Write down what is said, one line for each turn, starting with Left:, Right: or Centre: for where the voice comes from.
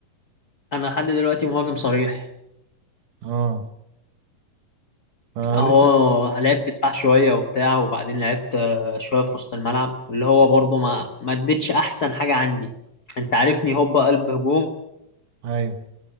Left: انا لحد دلوقتي مهاجم صريح
Right: اه آه،
Left: اهو
Right: لسه
Left: لعبت دفاع شويه وبتاع وبعدين لعبت آه، شويه في وسط الملعب اللي هو برضو ما ما اديتش احسن حاجه عندي انت عارفني هوبا قلب هجوم
Right: ايوه